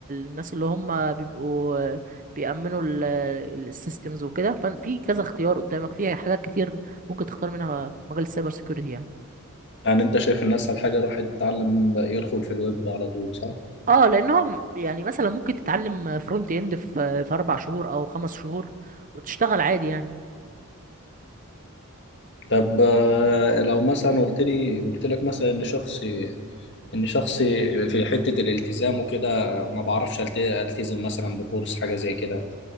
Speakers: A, on the right; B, on the left.
A: الناس اللي هم بيبقوا بيأمنوا السيستمز وكده ففي كذا اختيار قدامك فيها حاجات كتير ممكن تختار منها في مجال السايبر سكيورتي يعني
B: يعني انت شايف ان اسهل حاجه الواحد يتعلم يدخل في الويب على طول صح
A: اه لان هو يعني مثلا ممكن تتعلم فرونت اند في في اربع شهور او خمس شهور وتشتغل عادي يعني
B: طب آه، لو مثلا قلت لي قلت لك مثلا ان شخصي ان شخصي في حتة الالتزام وكده ما بعرفش ألت- التزم مثلا بكورس حاجة زي كده